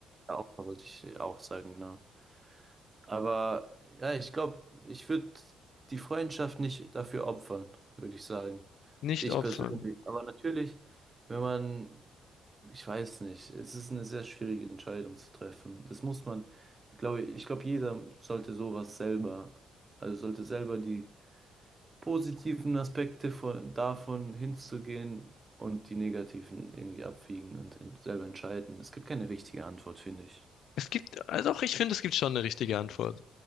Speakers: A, on the right; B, on the left.
A: Ja, Opfer wollte ich auch sagen, genau. Aber ja, ich glaube, ich würde die Freundschaft nicht dafür opfern, würde ich sagen.
B: nicht
A: Ich
B: Opfern.
A: persönlich. Aber natürlich, wenn man, ich weiß nicht, es ist eine sehr schwierige Entscheidung zu treffen. Das muss man, glaube ich, ich glaube, jeder sollte sowas selber, also sollte selber die positiven Aspekte von, davon hinzugehen und die negativen irgendwie abwiegen und selber entscheiden. Es gibt keine richtige Antwort, finde ich.
B: Es gibt, also auch ich finde, es gibt schon eine richtige Antwort.